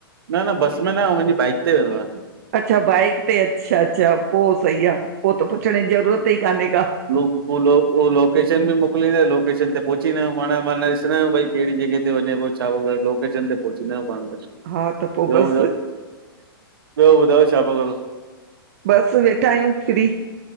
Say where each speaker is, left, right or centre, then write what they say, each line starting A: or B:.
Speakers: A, on the right (about 65°); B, on the right (about 40°).
A: न-न बस में न हो मुंॼी बाइक ते वेंदो आया‌।
B: अच्छा बाइक ते अच्छा-अच्छा पोइ सई आ पो त पुछण ॼी ज़रूरत ई काने का।
A: उलो उहलो। लोकेशन ॿि मोकलींदा लोेशन ते पहुचीदां आयूं पाण मान ॾिसंदायूं भ केड़ी जॻह ते वञे पो छा लोकेशन ते। पोचईंदा आयु पाण त।
B: हा त पो
A: ॿियो
B: बस।
A: ॿुधायो ॿियो ॿुधायो छा पिया करो
B: बस वेठा आयूं फ्री